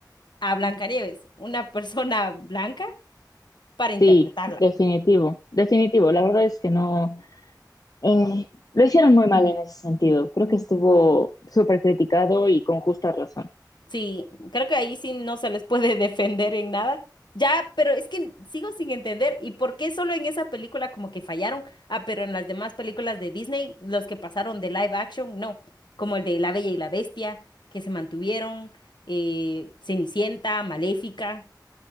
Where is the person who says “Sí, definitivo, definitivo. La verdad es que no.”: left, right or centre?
Left